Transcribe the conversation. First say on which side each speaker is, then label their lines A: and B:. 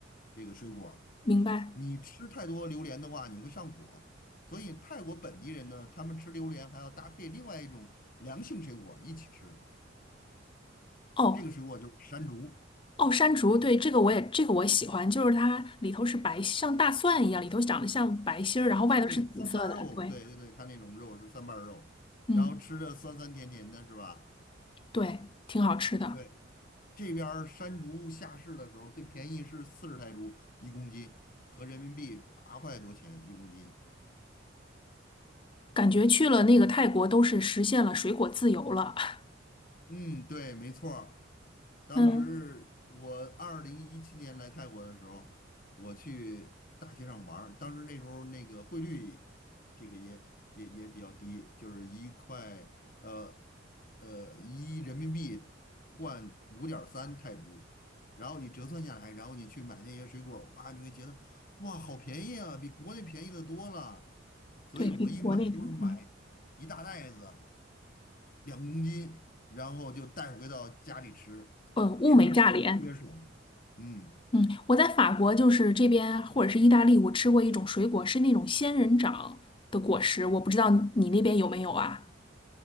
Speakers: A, on the left; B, on the left.
A: 这个水果儿
B: 明白。
A: 你吃太多榴莲的话，你会上火。所以泰国本地人呢，他们吃榴莲还要搭配另外一种凉性水果一起吃，
B: 哦
A: 这个水果就是山竹。
B: 哦，山竹，对，这个我也这个我喜欢，就是它里头是白，像大蒜一样，里头长得像白心儿，然后外头是紫色的。
A: 对对对，蒜瓣儿肉，
B: 对，
A: 对对对，它那种肉是蒜瓣儿肉，
B: 嗯，
A: 然后吃着酸酸甜甜的，是吧？
B: 对，挺好吃的，
A: 对，这边儿山竹下市的时候最便宜是四十泰铢一公斤，合人民币八块多钱一公斤。
B: 感觉去了那个泰国都是实现了水果自由了。<laughs>
A: 嗯，对，没错儿。当时我二零一七年来泰国的时候，
B: 嗯，
A: 我去大街上玩儿，当时那时候那个汇率，这个也也也比较低，就是一块呃呃一人民币换五点三泰铢，然后你折算下来，然后你去买那些水果儿哇，你会觉得哇好便宜啊，比国内便宜的多了。所以我一买都是买一大袋子，
B: 对，比国内的，嗯
A: 两公斤，然后就带回到家里吃，
B: 嗯，物美价廉。
A: 吃的特特别爽。嗯，
B: 嗯，我在法国就是这边或者是意大利，我吃过一种水果是那种仙人掌的果实，我不知道你那边有没有啊？